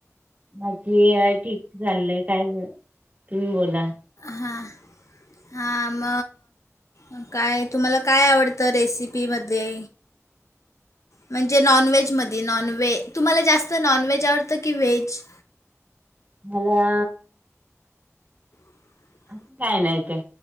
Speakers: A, on the right; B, on the left.
A: बाकी ठीक चाललंय, काय बरं तुम्ही बोला.
B: हां हां म अ काय‌ तुम्हाला काय आवडतं रेसिपी मध्ये? म्हणजे नॉनव्हेज मध्ये नॉनव्हे तुम्हाला जास्त नॉनव्हेज आवडतं की व्हेज?
A: मला
B: <inaudible>
A: असं काय नाय काय,